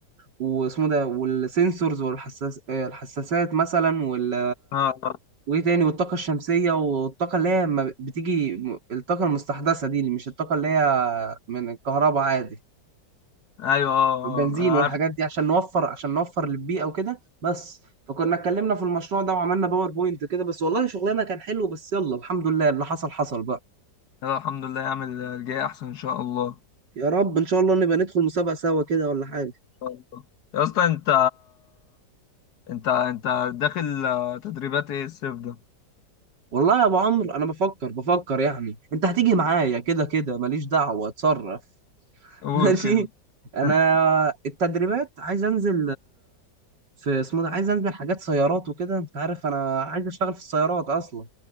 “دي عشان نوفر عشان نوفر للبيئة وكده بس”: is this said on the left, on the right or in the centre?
Right